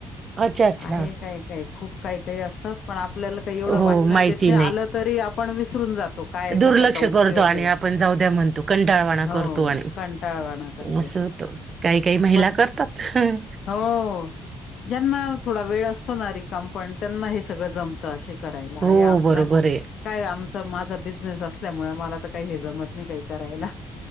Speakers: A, on the right (about 45°); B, on the left (about 65°).
A: अच्छा अच्छा
B: आहे काय काय खूप काय काही असतात. पण आपल्याला काही एवढं
A: हो
B: वाचनात
A: माहिती
B: येत नाही. आलं तरी आपण विसरून जातो. काय
A: दुर्लक्ष
B: कशाचा उपयोग
A: करतो आणि
B: आहे.
A: आपण जाऊ द्या म्हणतो कंटाळवाणा
B: हो
A: करतो आणि
B: कंटाळवाना करतो
A: असं होतं काही काही महिला
B: बट
A: करतात हं.
B: हो. ज्यांना थोडा वेळ असतो ना रिकाम पण त्यांना हे सगळं जम त असे करायला
A: हो
B: हे आपलं
A: बरोबर आहे
B: काय आमचा माझा बिझनेस असल्यामुळे मला तर काही हे जमत नाही काही करायला.